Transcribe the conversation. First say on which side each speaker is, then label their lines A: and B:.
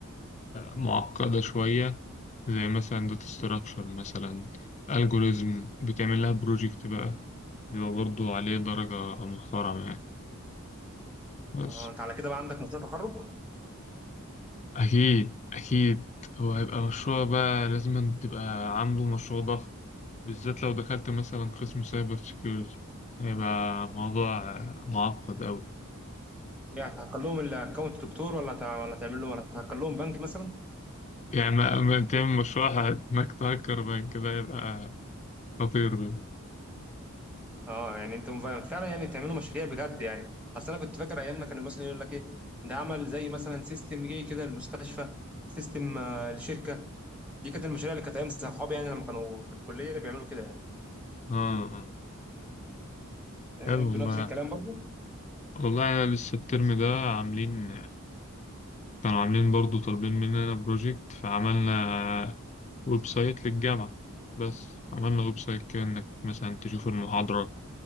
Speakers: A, on the left; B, in the centre.
A: معقدة شوية زي مثلا داتا ستراكشر مثلا الجوريزم بتعمل لها بروجكت بقى بيبقى برضه عليه درجة محترمة يعني بس
B: آه انت على كده بقى عندك مشروع تخرج
A: أكيد أكيد هو هيبقى مشروع بقى لازم تبقى عامله مشروع ضخم بالذات لو دخلت مثلا قسم سايبر سيكيورتي هيبقى موضوع معقد أوي
B: يعني هتهكر لهم الاكونت دكتور ولا هت- ولا تعمل له ولا هتهكر لهم بنك مثلا
A: يعني ما ما تعمل مشروع إنك تهكر بقى كده هيبقى خطير ده
B: اه يعني انتم فعلا يعني بتعملوا مشاريع بجد يعني اصل انا كنت فاكر ايام ما كانوا مثلا يقول لك ايه ده عمل زي مثلا سيستم جه كده للمستشفى سيستم آه لشركه دي كانت المشاريع اللي كانت ايام صحابي يعني لما كانوا في الكليه بيعملوا كده يعني
A: اه آه.
B: انتوا
A: حلو والله
B: نفس الكلام برضه
A: والله أنا لسه الترم ده عاملين كانوا عاملين برضو طالبين مننا بروجكت فعملنا ويب سايت للجامعة بس عملنا ويب سايت كده إنك مثلا تشوف المحاضرة